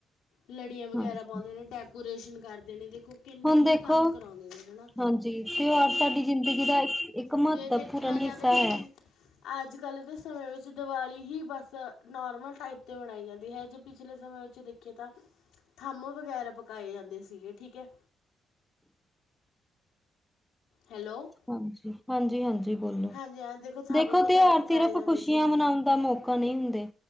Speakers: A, on the left (about 85°); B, in the centre.
A: ਲੜੀਆਂ ਵਗੈਰਾ
B: ਹਾਂਜੀ
A: ਪਾਉਂਦੇ ਨੇ ਡੈਕੋਰੇਸ਼ਨ ਕਰਦੇ ਨੇ ਦੇਖੋ। ਕਿੰਨੇ
B: ਹੁਣ
A: ਹੀ
B: ਦੇਖੋ,
A: ਕੰਮ ਕਰਾਉਂਦੇ ਨੇ ਹਨਾ
B: ਹਾਂਜੀ ਤਿਉਹਾਰ ਸਾਡੀ ਜ਼ਿੰਦਗੀ ਦਾ ਇੱਕ। ਇੱਕ
A: ਜੇ
B: ਮਹੱਤਵਪੂਰਨ
A: ਦੇਖਿਆ ਜਾਵੇ
B: ਹਿੱਸਾ
A: ਤਾਂ
B: ਹੈ।
A: ਵੀ ਅੱਜ ਕੱਲ੍ਹ ਦੇ ਸਮੇਂ ਵਿੱਚ ਦਿਵਾਲੀ ਹੀ ਬਸ ਨਾਰਮਲ ਟਾਈਪ। ਅਤੇ ਤੇ ਮਨਾਈ ਜਾਂਦੀ ਹੈ ਜੇ ਪਿਛਲੇ ਸਮੇਂ ਵਿੱਚ ਦੇਖੀਏ ਤਾਂ। ਥੰਮ ਵਗੈਰਾ ਪਕਾਏ ਜਾਂਦੇ ਸੀਗੇ ਠੀਕ ਹੈ। ਹੈਲੋ
B: ਹਾਂਜੀ, ਹਾਂਜੀ ਹਾਂਜੀ। ਬੋਲੋ।
A: ਹਾਂਜੀ ਥੰਮ
B: ਦੇਖੋ
A: ਵਗੈਰਾ
B: ਤਿਉਹਾਰ
A: ਪਕਾਏ
B: ਸਿਰਫ਼
A: ਜਾਂਦੇ
B: ਖੁਸ਼ੀਆਂ
A: ਸੀ
B: ਮਨਾਉਣ ਦਾ ਮੌਕਾ ਨਹੀਂ ਹੁੰਦੇ।